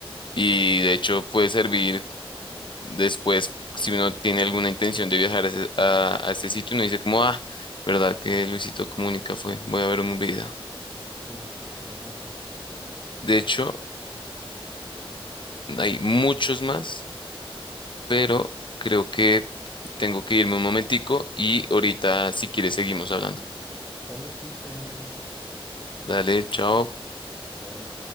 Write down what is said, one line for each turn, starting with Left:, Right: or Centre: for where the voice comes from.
Left: y de hecho puede servir después si uno tiene alguna intención de viajar a, ese- a- a este sitio, uno dice como, ah, ¿verdad que Luisito Comunica fue? Voy a ver un video.
Centre: Sí, la verdad sí.
Left: De hecho, hay muchos más, pero creo que tengo que irme un momentico y ahorita si quieres seguimos hablando.
Centre: Vale, sí, está bien, Daniel.
Left: Dale, chao.
Centre: Bye.